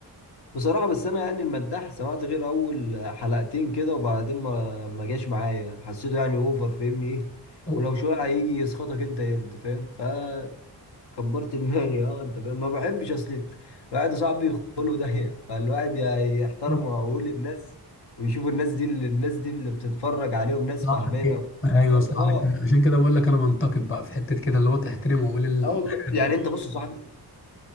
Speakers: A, on the left (about 80°); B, on the left (about 30°).
A: بصراحة بس أنا يعني المداح سمعت غير أول حلقتين كده وبعدين ما ما جاش معايا حسيته يعني أوفر فاهمني إيه
B: أو-
A: ولو شوية هيجي يسخطك أنت يرد فاهم فكبرت <laughs> دماغي أه أنت فاهم ما بحبش أصل الواحد صاحبي خلقه ضيق <laughs> فالواحد ي- يحترم
B: <laughs>
A: عقول الناس ويشوف الناس دي اللي الناس دي اللي بتتفرج عليهم ناس
B: صح
A: فاهمانة
B: كده ايوه
A: قد-
B: صح
A: أه
B: كده عشان كده بقول لك انا بنتقد بقى في حته كده اللي هو تحترمه واقول ال...
A: اه والله
B: الحاجه
A: يعني
B: دي
A: انت بص يا صاحبي